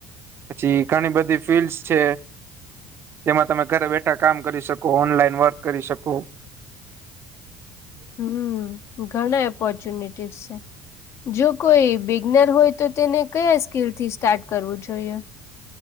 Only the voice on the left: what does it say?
હમ્મ ઘણા ઓપોર્ચુનિટીસ છે જો કોઈ બિગનર હોય તો તેને કયા સ્કીલ થી સ્ટાર્ટ કરવું જોઈએ.